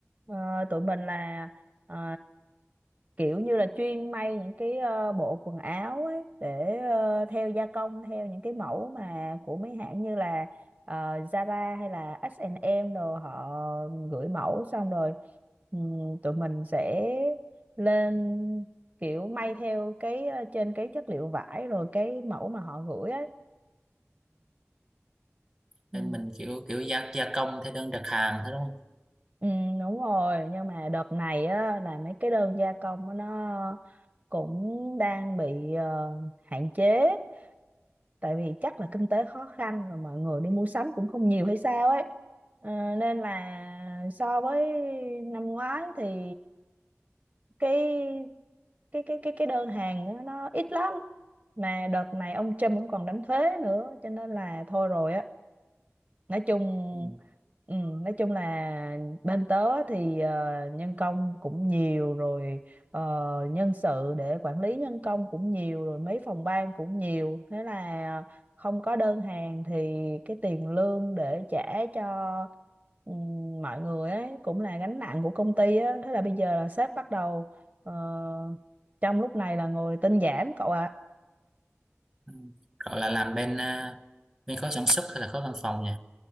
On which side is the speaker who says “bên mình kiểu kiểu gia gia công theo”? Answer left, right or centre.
Centre